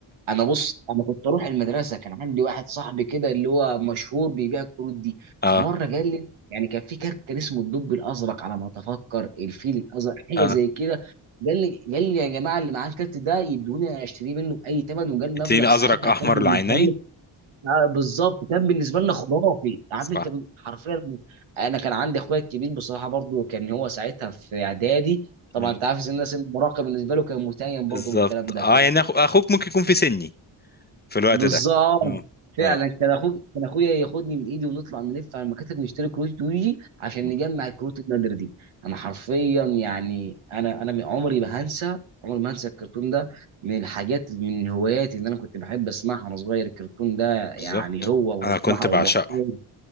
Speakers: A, on the right; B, on the left.
A: انا بص انا كنت اروح المدرسه كان عندي واحد صاحبي كده اللي هو مشهور بيبيع الكروت دي
B: اه
A: في مره قال لي يعني كان في كارت كان اسمه الدب الازرق على ما اتفكر الفيل الازرق حاجه
B: اه
A: زي كده قال لي قال لي يا جماعه اللي معاه الكارت ده يدوني اشتريه منه باي ثمن وقال مبلغ
B: اتنين ازرق
A: ساعتها
B: احمر
A: كان بالنسبه
B: العينين
A: آه، بالظبط كان بالنسبه لنا خرافي عارف
B: صح
A: انت ب- حرفيا انا كان عندي اخويا الكبير بصراحه برضو كان هو ساعتها في اعدادي طبعا
B: مم.
A: انت عارف ان الناس المراهقه بالنسبه له كان متيم
B: بالظبط
A: برضو بالكلام ده
B: اه
A: كان
B: يعني أخو... اخوك ممكن يكون في سني في الوقت
A: بالظبط
B: ده اه
A: فعلا
B: اه
A: كان اخوك كان اخويا ياخدني من ايدي ونطلع نلف على المكاتب نشتري كروت يوجي عشان
B: مم.
A: نجمع الكروت النادره دي انا حرفيا يعني انا انا من- عمري ما هنسى عمري ما هنسى الكرتون ده من الحاجات من الهوايات اللي انا كنت بحب اسمعها وانا صغير الكرتون ده يعني
B: بالظبط
A: هو
B: انا كنت
A: واسمعها
B: بعشقه
A: وبكار